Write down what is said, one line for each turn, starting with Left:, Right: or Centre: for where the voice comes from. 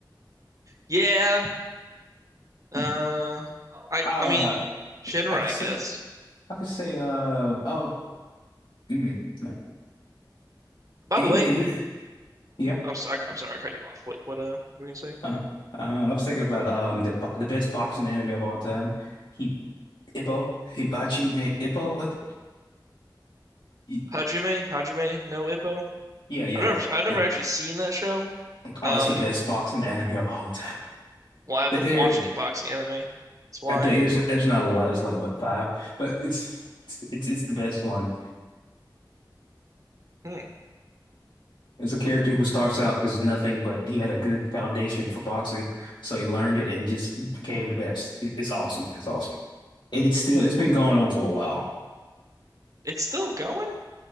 Right: Yeah, uh,
Left: Hmm.
Right: I
Left: Uh,
Right: I mean, Shinra,
Left: I could
Right: I
Left: say,
Right: guess.
Left: I could say, uh, oh, mm, no.
Right: By
Left: You-
Right: the way,
Left: you- yeah.
Right: I'm sorry, I'm sorry, I cut you off. What what uh, were you gonna say?
Left: Uh, uh, I was thinking about um the bo- the best boxing anime of all time. He Ippo Hibachi made Ippo. What? y-
Right: Hajime, Hajime no Ippo.
Left: Yeah, yeah,
Right: I've never I've never
Left: yeah.
Right: actually seen that show.
Left: Oh,
Right: Um,
Left: it's the best boxing anime of all time.
Right: well, I haven't
Left: There, there-
Right: watched any boxing anime. That's why.
Left: I think it's it's not a lot. It's like what five, but it's it's it's the best one.
Right: Hmm,
Left: It's a character who starts out as nothing, but he had a good foundation for boxing, so he learned it and just became the best. It- It's awesome. It's awesome. And it's still it's been going on for a while.
Right: it's still going?